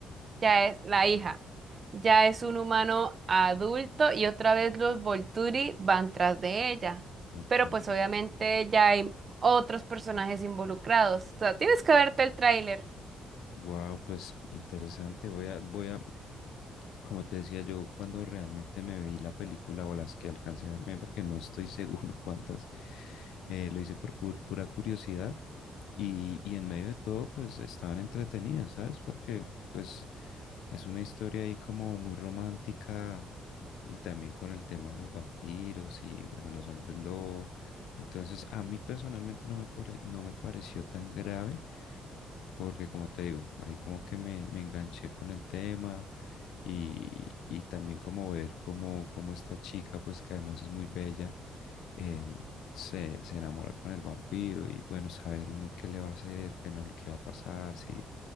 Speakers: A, on the right; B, on the left.
A: ya es la hija, ya es un humano adulto y otra vez los Volturi van tras de ella.
B: ok.
A: Pero pues obviamente ya hay otros personajes involucrados. O sea, tienes que verte el tráiler.
B: Wow, pues interesante. Voy a, voy a, como te decía yo, cuando realmente me vi la película o las que alcancé a verme, porque no estoy seguro <laughs> cuántas, eh, lo hice por cu- pura curiosidad y, y en medio de todo, pues estaban entretenidas, ¿sabes? Porque pues es una historia ahí como muy romántica, Y también con el tema de los vampiros y bueno, los hombres lobo. Entonces, a mí personalmente no me, pare- no me pareció tan grave porque, como te digo, ahí como que me, me enganché con el tema y, y también como ver cómo, cómo esta chica, pues que además es muy bella, em, se, se enamora con el vampiro y bueno, saber uno qué le va a hacer, qué no, qué va a pasar, si,